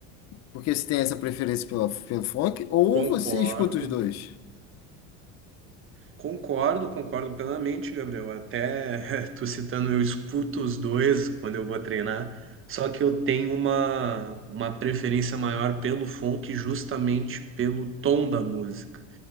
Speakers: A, on the left; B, on the right.
A: porque você tem essa preferência pela, pelo funk, ou
B: Concordo,
A: você escuta os dois.
B: concordo, concordo plenamente, Gabriel. Até <laughs> tu citando, eu escuto os dois quando eu vou treinar. Só que eu tenho uma, uma preferência maior pelo funk justamente pelo tom da música.